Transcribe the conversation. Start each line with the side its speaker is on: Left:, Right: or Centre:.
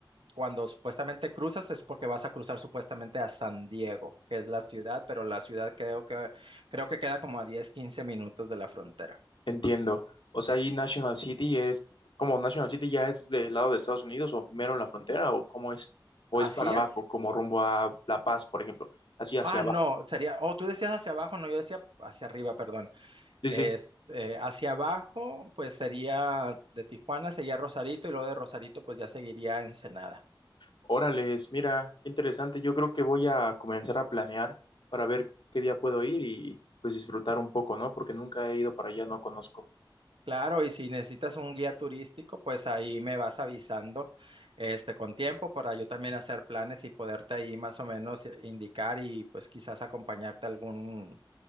Right: cuando supuestamente cruzas es porque vas a cruzar supuestamente a San Diego, que es la ciudad, pero la ciudad creo que, creo que queda como a 10 15 minutos de la frontera.
Left: entiendo. O sea, ahí National City es, como National City ya es del lado de Estados Unidos o mero en la frontera o cómo es, o
Right: Así
Left: es para abajo,
Right: es.
Left: como rumbo a La Paz, por ejemplo, así hacia
Right: Ah,
Left: abajo.
Right: no, sería, oh, tú decías hacia abajo, no, yo decía hacia arriba, perdón.
Left: Sí,
Right: Eh,
Left: sí.
Right: eh, hacia abajo, pues sería de Tijuana, sería Rosarito y luego de Rosarito, pues ya seguiría Ensenada.
Left: Órales, mira, qué interesante. Yo creo que voy a comenzar a planear para ver qué día puedo ir y pues disfrutar un poco, ¿no? Porque nunca he ido para allá, no conozco.
Right: Claro, y si necesitas un guía turístico, pues ahí me vas avisando este con tiempo para yo también hacer planes y poderte ahí más o menos eh, indicar y pues quizás acompañarte a algún